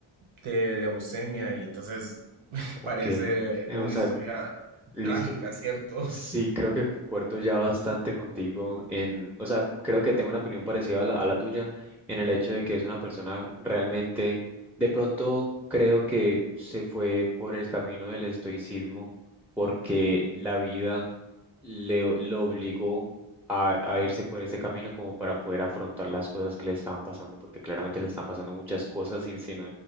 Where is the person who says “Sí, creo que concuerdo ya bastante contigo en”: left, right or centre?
Centre